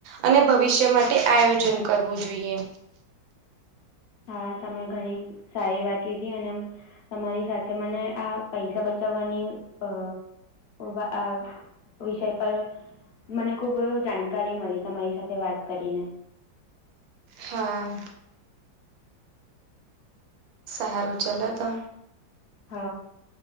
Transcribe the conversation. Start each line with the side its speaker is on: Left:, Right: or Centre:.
Right: અને ભવિષ્ય માટે આયોજન કરવું જોઈએ.
Left: હા, તમે ઘણી સારી વાત કીધી અને તમારી સાથે મને આ પૈસા બચાવવાની અ વા આ વિષય પર મને ખૂબ જાણકારી મલી તમારી સાથે વાત કરીને.
Right: હા. સારું ચલો તો.
Left: હ..